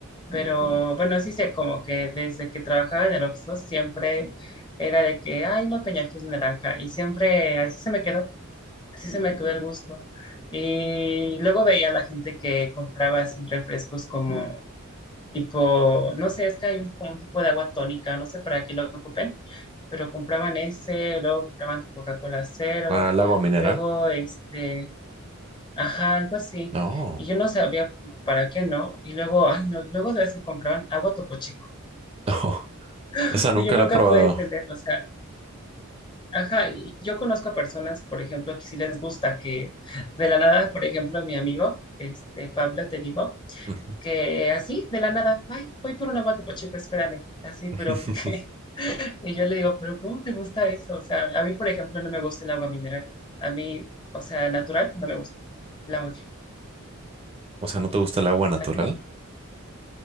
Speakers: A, on the left; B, on the right.
A: pero bueno, sí sé como que desde que trabajaba en el Oxxo siempre era de que hay una Peñafiel de naranja. Y siempre así se me quedó, así se me quedó el gusto. Y luego veía a la gente que compraba así refrescos como tipo, no sé, es que hay un, como un tipo de agua tónica, no sé para qué lo ocupen, pero compraban ese, luego compraban Coca-Cola cero,
B: ¿Al agua mineral?
A: luego este, ajá, algo así.
B: No,
A: Y yo no sabía como para qué no, y luego, ay, no, luego de si compraban agua Topo Chico.
B: <laughs>
A: <laughs>
B: esa nunca
A: Y yo nunca
B: la he probado.
A: pude entender, o sea, ajá, y yo conozco personas, por ejemplo, que sí les gusta que de la nada, por ejemplo, mi amigo, este, Pablo, te digo,
B: Ujú.
A: que así, de la nada, ay, voy por un agua Topo Chico, espérame, así,
B: <laughs>
A: pero porque Y yo le digo, pero ¿cómo te gusta eso? O sea, a mí, por ejemplo, no me gusta el agua mineral. A mí, o sea, natural, no me gusta. La odio.
B: O sea, ¿no te gusta el agua natural?
A: ¿A ti?